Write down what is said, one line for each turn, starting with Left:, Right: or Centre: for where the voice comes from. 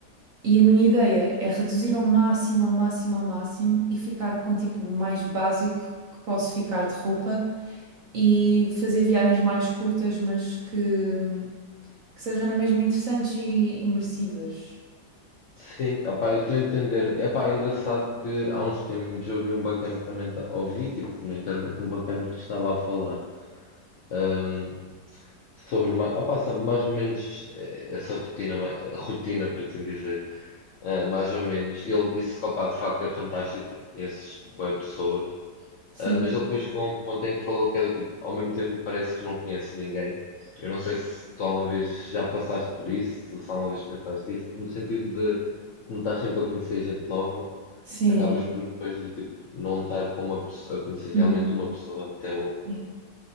Right: E a minha ideia é reduzir ao máximo, ao máximo, ao máximo e ficar com tipo o mais básico que posso ficar de roupa e fazer viagens mais curtas, mas que, que sejam na mesma interessantes e imersivas.
Left: Sim, opá, eu estou a entender. É pá, engraçado que há uns tempos eu ouvi um bacana que também tá, ouvi, tipo, na internet, um bacana que estava a falar ahm, sobre ma- opá, sabe, mais ou menos eh, essa rotina, ma- rotina, por assim dizer. Uh, mais ou menos. E ele disse que, opá, de facto é fantástico porque conheces boas pessoas.
Right: Sim,
Left: Uh, mas ele depois chegou a um ponto em que falou que era tipo, ao mesmo tempo parece que não conhece ninguém. Eu não sei se tu alguma vez já passaste por isso, se só uma vez pensaste isso, no sentido de, como estás sempre a conhecer gente nova,
Right: sim.
Left: acabas por depois do tipo, não estar com uma, pesso- a conhecer realmente
Right: Uhum.
Left: uma pessoa até o...
Right: Sim.